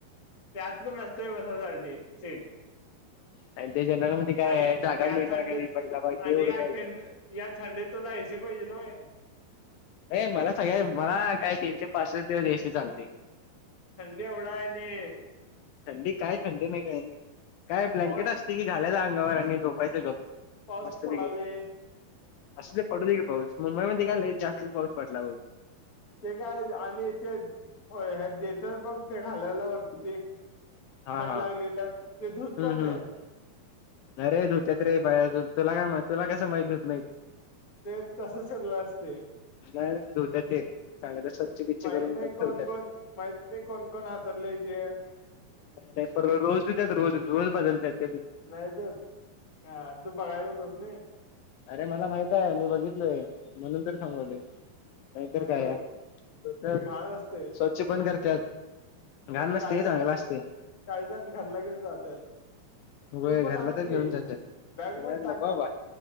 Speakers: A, on the left (about 35°); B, on the left (about 80°).
A: त्यात पण अस्तंय बसासाठी सीट.
B: आणि त्या जनरल मध्ये काय
A: आणि
B: जागा
A: या
B: मिळणार
A: थंडीत
B: का नाई पहिला बा ते
A: आणि
B: ओढखायचं.
A: या थंडी या थंडीत तुला एसी पाहिजेल होय.
B: ये मला सगळ्या मला काय तीनशे पासष्ट दिवस ए. सी. चालते.
A: थंडी एवढाय नी
B: थंडी काय थंडी नाय काय नी काय ब्लॅंकेट
A: पाऊस
B: अस किती घालायच अंगावर आणि झोपायचं गप
A: पाऊस
B: मस्तपैकी.
A: पडाले
B: असू दे पडू दे की पाऊस मुंबईमध्ये काय लईच जास्त पाऊस पडला
A: ते काय आणि ते <unintelligible> देतात बघ ते घालायला वरती
B: हा
A: थंड
B: हा
A: लागली तर ते धूत
B: हम्म
A: पण
B: हम्म
A: नायत
B: अरे धुत्यात रे बाहेर
A: <unintelligible>
B: तुला काय माईत तुला कसं माईत धूत नाईत.
A: ते तसंच ठेवलेलं असते.
B: नाय नाय धुतात ते चांगलं स्वच्छ बीच्च
A: माहित
B: करून
A: नाही
B: ठेवतात.
A: कोण कोण माहित नाय कोण कोण हातरलय ते.
B: नाही पर रोज धुतेत, रोज.. रोज बदलतेत.
A: नाही धुवत, हा... तू बघायच धुवत नाही.
B: अरे.. मला माहित आहे मी बघितलोय म्हणून तर सांगायलोय. नाय तर
A: नाही
B: काय..
A: देत
B: धुत्यात,
A: ते घाण असते
B: स्वच्छ पण करत्यात. घाण
A: आणि..
B: नसते
A: काही
B: चांगलं
A: जण,
B: असते
A: काय जण.. घरला घेऊन जातात.
B: व्हय...
A: तू पण
B: घरला
A: आण
B: तर
A: की
B: घेऊन जात्यात,
A: बॅग मध्ये
B: नाही..
A: टाक
B: नको बाबा.